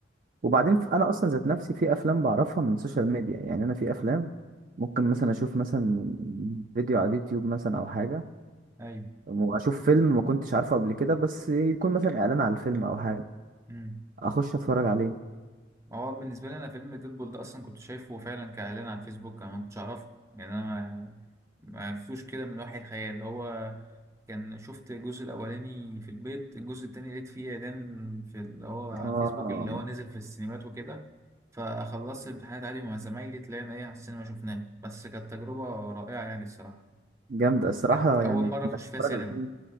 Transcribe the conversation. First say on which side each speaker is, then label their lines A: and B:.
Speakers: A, on the right; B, on the right.
A: وبعدين ف- انا اصلا ذات نفسي في افلام بعرفها من السوشيال ميديا يعني انا في افلام ممكن مثلا اشوف مثلا فيديو على اليوتيوب مثلا او حاجه
B: ايوه
A: واشوف فيلم ما كنتش عارفه قبل كده بس يكون مثلا اعلان على الفيلم او حاجه
B: امم
A: اخش اتفرج عليه
B: هو بالنسبه لي انا فيلم ديدبول ده اصلا كنت شايفه فعلا كاعلان على الفيسبوك انا ما كنتش اعرفه يعني انا ما ما عرفتوش كده من وحي الخيال اللي هو كان شفت الجزء الاولاني في البيت الجزء التاني لقيت فيه اعلان في اللي هو على
A: اه
B: الفيسبوك اللي هو نزل في السينمات وكده فخلصت الامتحانات عادي مع زمايلي طلعنا ايه على السينما شفناه بس كانت تجربه رائعه يعني الصراحه
A: جامدة الصراحة
B: كانت اول
A: يعني انك
B: مره اخش فيها
A: تتفرج
B: سينما
A: على فيلم